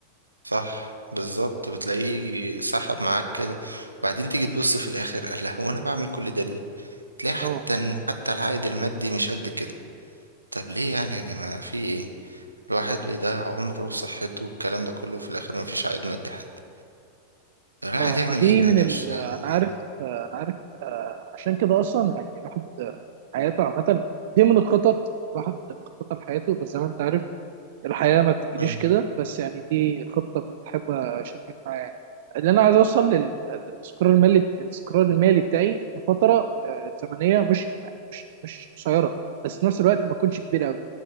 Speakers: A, on the right; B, on the right.
A: صح بالظبط بتلاقيه سحب معاك كده بعدين تيجي تبص في الاخر قال لها هو انا بعمل كل ده ليه تلاقي حتى
B: آه،
A: حتى العائد المادي مش قد كده طب ليه يعني يا جماعة في ايه الواحد بيضيع عمره وصحته والكلام ده كله في الاخر مفيش عائد مادي حتى طب الواحد
B: اه
A: يعمل
B: ما دي
A: ايه يعني
B: من ال
A: مش فاهم
B: انا عارف آه، انا عارف آه، عشان كده اصلا يعني الواحد آه، حياته عامه دي من الخطط إن الواحد مخطط لحياته بس زي ما انت عارف الحياه ما بتجريش
A: مم.
B: كده بس يعني دي خطه كنت حابب اشاركك معايا يعني اللي انا عايز اوصل لل- للاستقرار المالي الاستقرار المالي بتاعي في فتره آه، زمنيه مش مش مش قصيره بس في نفس الوقت ما تكونش كبيره قوي